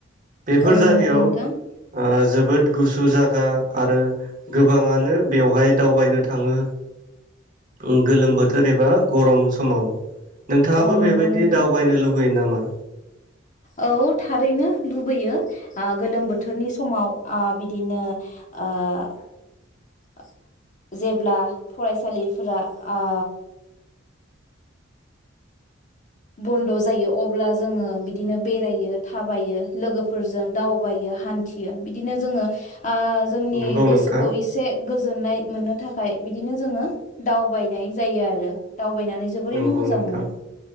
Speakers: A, on the right (about 40°); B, on the left (about 40°).
A: बेफोर
B: औ
A: जायगायाव
B: नंगौ नोंथां
A: ओ जोबोद गुसु जागा आरो गोबाङानो बेवहाय दावबायनो थाङो। ओम गोलोम बोथोर एबा गरम समाव नोंथाङाबो
B: औ नंगौ
A: बेबायदि
B: नोंथां
A: दावबायनो लु बैयो नामा?
B: औ थारैनो लुबैयो ओ गोलोम बोथोरनि समाव ओ बिदिनो ओ <inaudible> जेब्ला फरायसालिफोरा ओ बन्द' जायो अब्ला जोङो बिदिनो बेरायो थाबायो लोगोफोरजों दावबायो हान्थियो बिदिनो जोङो आ जोंनि
A: नंगौ
B: गोसोखौ
A: नोंथां
B: इसे गो जोननाय मोननो थाखाय बिदिनो जोङो दावबायनाय जायो आरो। दावबायनानै जोबोरैनो
A: नंगौ
B: मोजां
A: नोंथां
B: मोनो।